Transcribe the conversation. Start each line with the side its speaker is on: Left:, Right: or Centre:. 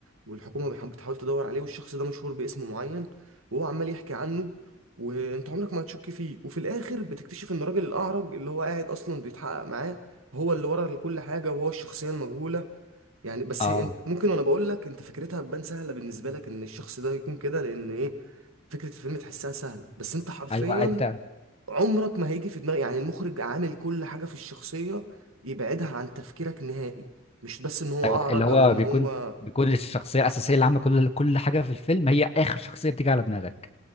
Right: والحكومة بتح- بتحاول تدور عليه والشخص ده مشهور باسم معين وهو عمال يحكي عنه وانت عمرك ما هتشك فيه وفي الاخر بتكتشف ان الراجل الاعرج اللي هو قاعد اصلا بيتحقق معاه هو اللي ورا كل حاجة وهو الشخصية المجهولة يعني بس
Left: اه
Right: هي انت ممكن وانا بقول لك انت فكرتها تبان سهلة بالنسبة لك ان الشخص ده يكون كده لان ايه فكرة الفيلم تحسها سهلة بس انت حرفيا
Left: ايوه انت
Right: عمرك ما هيجي في دماغك يعني المخرج عامل كل حاجة في الشخصية يبعدها عن تفكيرك نهائي مش بس ان هو
Left: ايوه
Right: اعرج
Left: ده اللي هو
Right: او ان
Left: بيكون
Right: هو
Left: بيكون الشخصية الاساسية اللي عاملة كل كل حاجة في الفيلم هي اخر شخصية بتيجي على دماغك